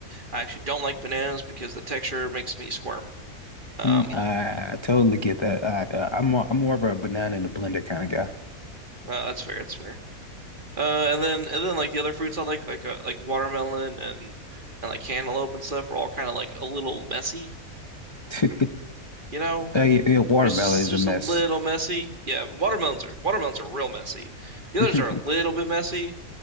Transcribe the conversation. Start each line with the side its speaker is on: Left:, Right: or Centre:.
Right: I actually don't like bananas because the texture makes me squirm. Um,
Left: Mm, I, I totally get that. I, uh, I'm more, I'm more of a banana in a blender kind of
Right: no, that's fair. That's fair. Uh, and then and then like the other fruits I like, like uh, like watermelon and and like cantaloupe and stuff, are all kind of like a little messy,
Left: guy. <laughs>
Right: you know?
Left: Uh, yeah, yeah, watermelon
Right: There's just,
Left: is
Right: just
Left: a mess.
Right: a little messy. Yeah, watermelons are watermelons are real messy. The
Left: <laughs>
Right: others are a little bit messy.